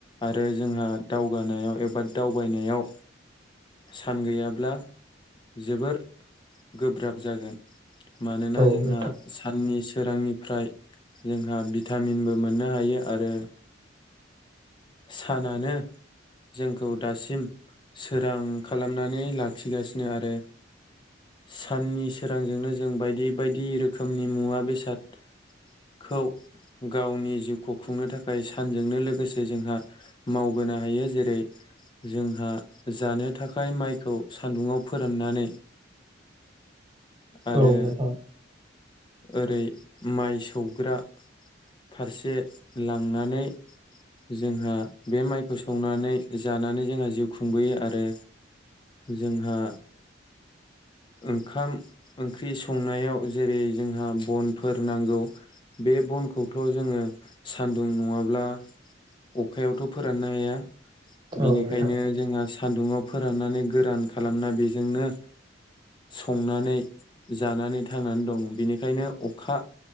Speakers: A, on the left; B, on the right.
A: आरो जोंहा दावगानायाव एबा दावबायनायाव सान गैयाब्ला जोबोर गोब्राब जागोन। मानोना
B: औ
A: जोंहा
B: नोंथां
A: साननि सि सोरांनिफ्राय जोंहा भिटामिनबो मोननो हायो आरो सानानो जोंखौ दासिम सोरां खालामनानै लाखिगासिनो आरो साननि सोरांजोंनो जों बायदि बायदि रोखोमनि मुवा बेसादखौ गावनि जिउखौ खुंनो थाखाय सानजोंनो लोगोसे जोंहा मावबोनो हायो जेरै जोंहा जानो थाखाय माइखौ सान्दुंङाव फोराननानै आरो
B: औ नोंथां
A: ओरै माइ सौग्रा फारसे लांनानै जोंहा बे माइखौ सौनानै जानानै जोंहा जिउ खुंबोयो आरो जोंहा ओंखाम ओंख्रि संनायाव जेरै जोंहा बनफोर नांगौ बे बनखौथ' जोङो सानदुं नङाब्ला अखायावथ' फोराननो हाया। बिनिखायनो
B: औ नोंथां
A: जोंहा सा सान्दुङाव फोराननानै गोरान खालामना बेजोंनो संनानै जानानै थांनानै दं। बेनिखायनो अखा